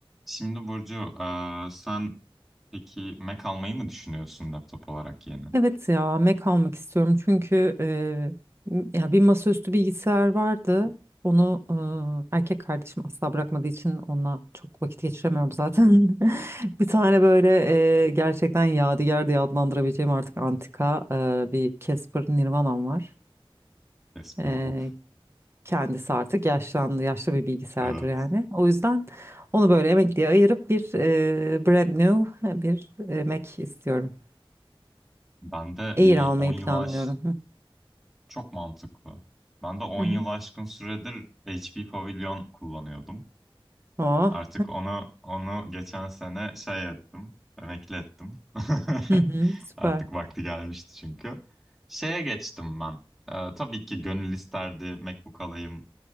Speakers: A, in the centre; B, on the right.
A: Şimdi Burcu, eee, sen peki Mac almayı mı düşünüyorsun laptop olarak yeni?
B: Evet ya Mac almak istiyorum çünkü eee, ya bir masaüstü bilgisayar vardı. Onu eee, erkek kardeşim asla bırakmadığı için onunla çok vakit geçiremiyorum zaten. <laughs> Bir tane böyle eee, gerçekten yadigar diye adlandırabileceğim artık antika eee, bir Casper Nirvana'm var.
A: Casper
B: Eee,
A: of.
B: kendisi artık yaşlandı, yaşlı bir bilgisayardır
A: Evet.
B: yani. O yüzden onu böyle emekliye ayırıp bir eee, brand new bir eee, Mac istiyorum.
A: Ben de
B: Air
A: bir
B: almayı
A: 10 yılı
B: planlıyorum.
A: aş
B: Hı
A: çok mantıklı. Ben de 10
B: hı.
A: yıl aşkın süredir HP Pavilion kullanıyordum.
B: Oh.
A: Artık onu onu geçen sene şey ettim, emekli ettim. <laughs>
B: Hı hı, süper.
A: Artık vakti gelmişti çünkü. Şeye geçtim ben. Eee, tabii ki gönül isterdi MacBook alayım.